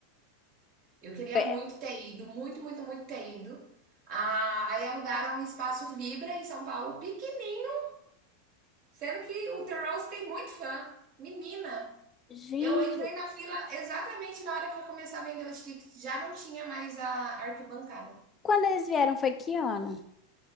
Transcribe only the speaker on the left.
Foi-
Gente,
quando eles vieram foi que ano?